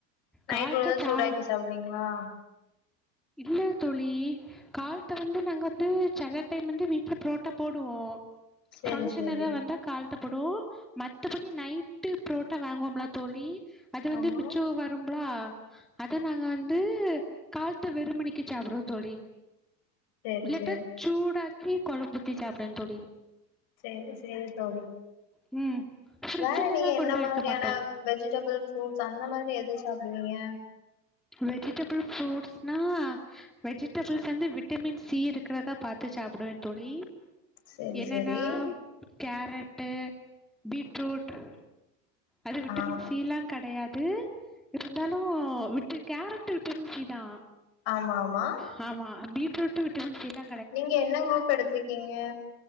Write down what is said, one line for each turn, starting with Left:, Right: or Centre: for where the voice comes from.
Left: நைட்
Centre: காலத்த
Left: உள்ளத
Centre: சா
Left: சூடாக்கி சாப்டுவீங்களா
Centre: இல்ல தோழி காலத்த வந்து நாங்க வந்து செல டைம் வந்து வீட்டுல ப்ரோட்டா போடுவோ
Left: சேரி
Centre: ஃபங்க்ஷன்
Left: சேரி
Centre: எதா வந்தா காலத்த போடுவோ மத்தபடி நைட்டு ப்ரோட்டா வாங்குவோம்ள தோழி அது வந்து
Left: ஆமா
Centre: மிச்சோ வரும்ளா அத நாங்க வந்து கால த்த வெறுமணிக்கு சாப்டவோ தோழி
Left: சேரி
Centre: இல்லாட்டா
Left: சேரி
Centre: சூடாக் கி கொழம்பு ஊத்தி சாப்டுவே தோழி
Left: சேரி சேரி தோழி
Centre: ம் ஃப்ரிட்ஜ்லலா
Left: வேற நீங்க என்ன
Centre: கொண்டு வைக்க
Left: மாதிரியான
Centre: மாட்டோ
Left: வெஜிடபிள் ஃப்ரூட்ஸ் அந்த மாதிரி எது சாப்டுவிங்க
Centre: வெஜிடபுள் ஃப்ரூட்ஸ்னா வெஜிடபிள்ஸ் வந்து விட்டமின் சி இருக்கிறதா பாத்து சாப்டுவே தோழி
Left: சேரி
Centre: என்னன்னா
Left: சேரி
Centre: கேரட்டு் பீட்ரூட் அது விட்டமின்
Left: ஆ
Centre: சீலா கெடையாது இருந்தாலூ விட்டு கேரட்டு விட்டமின் சீ தா
Left: ஆமாமா
Centre: ஹாமா பீட்ரூட்டு விட்டமின் சீலா
Left: நீங்க என்ன க்ரூப் எடுத்விக்கீங்க